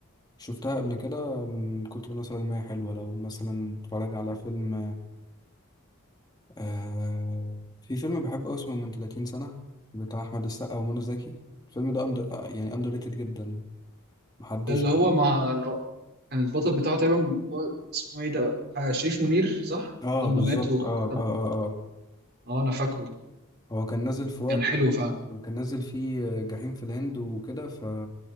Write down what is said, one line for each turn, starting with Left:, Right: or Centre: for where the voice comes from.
Left: شفتها قبل كده من كتر مثلا ما هي حلوة لو مثلا اتفرج على فيلم آه في فيلم بحبه أوي اسمه من 30 سنة بتاع أحمد السقا ومنى زكي الفيلم ده أندر... يعني أندر ريتد جدا محدش
Right: ده اللي هو مع لو كان البطل بتاعه تقريبا هو اسمه ايه ده آه، شريف منير صح
Left: اه
Right: لما
Left: بالظبط
Right: مات وكتب
Left: اه اه اه اه
Right: اه انا فاكره
Left: هو كان نازل في وقت
Right: كان حلو فعلا
Left: كان نازل فيه جحيم في الهند وكده ف